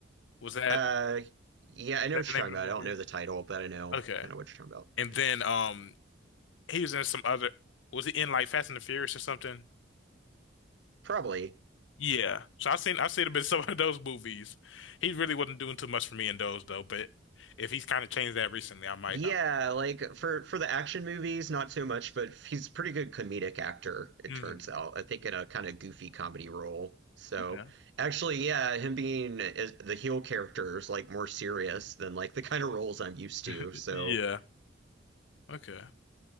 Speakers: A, on the left; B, on the right.
A: Was that,
B: Uh,
A: was
B: yeah, I know
A: that
B: what
A: the name
B: you're talking
A: of the
B: about.
A: movie?
B: I don't know the title, but I know
A: Okay.
B: kind of what you're talking about.
A: And
B: Yeah,
A: then um he was in some other was he in like Fast and the Furious or something?
B: probably.
A: Yeah. So I've seen I've seen a bit of <laughs> some of those movies. He really wasn't doing too much for me in those though, but if he's kind of changed that recently, I might
B: Yeah,
A: I,
B: like for for the action movies, not so much, but he's a pretty good comedic actor, it
A: mm,
B: turns out. I think in a kind of goofy comedy role. So
A: okay.
B: actually, yeah, him being is- the heel character is like more serious than like the kind of roles I'm used
A: <laughs>
B: to. So
A: Yeah. Okay.